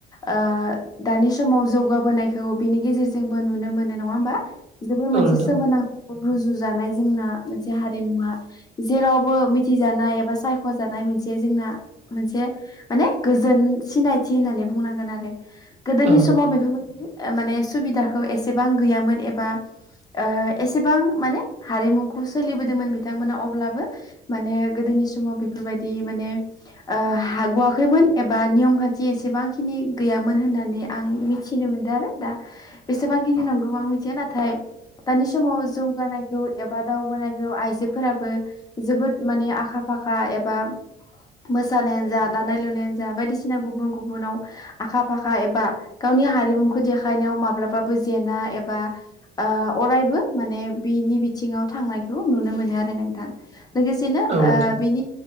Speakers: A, on the left; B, on the right.
A: ओ दानि समाव जौगाबोनायखौ बिनि गेजेरजोंबो नुनो मोनो नङा होमबा जोबोर मोनसे
B: औ नोंथां
A: सोमोनांथ रुजु जानाय जोंना मोनसे हारिमुवा जेरावबो मिथिजानाय एबा सायख'जानाय मोनसे जोंना मोनसे माने गोजोन सिनायथि होननानै बुंनांगोन आरो। गोदोनि
B: औ नोंथां औ
A: समाव बेफोरबायदि माने सुबिदाखौ एसेबां गैयामोन एबा ओ एसेबां माने हारिमुखौ सोलिबोदोंमोन बिथांमोना अब्लाबो माने गोदोनि समाव बेफोरबायदि माने ओ हाग'आाखैमोन एबा नियम खान्थि एसेबांखिनि गैयामोन होननानै आं मि थिनो मोनदों आरो दा खिनि नंगौ आं मिथिया नाथाय दानि समाव जौगानायखौ एबा दावबानायखौ आइजोफोराबो जोबोद माने आखा फाखा एबा मोसानायानो जा दानाय लुनायानो जा बायदिसिना गुबुन गुबुनाव आखा फाखा एबा गावनि हारिमुखौ देखायनायाव माब्लाबाबो जेना एबा ओ अरायबो माने बिनि बिथिङाव थांनायखौ नुनो मोनो आरो नोंथां। लोगोसेनो
B: नोंथां
A: ओ बिनि